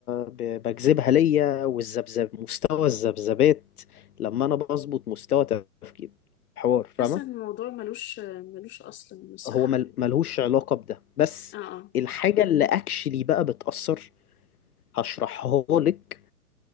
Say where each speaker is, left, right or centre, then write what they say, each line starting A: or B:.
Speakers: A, on the left; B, on the left.
A: ب- بجذبها ليا والذبذب مستوى الذبذبات لما أنا بظبط مستوى تفكير حوار فاهمة
B: حاسة إن الموضوع ملوش ملوش أصل من الصحة
A: هو مل-
B: يعني
A: ملهوش علاقة بده بس
B: اه اه
A: الحاجة اللي أكشلي بقى بتأثر هشرحها لك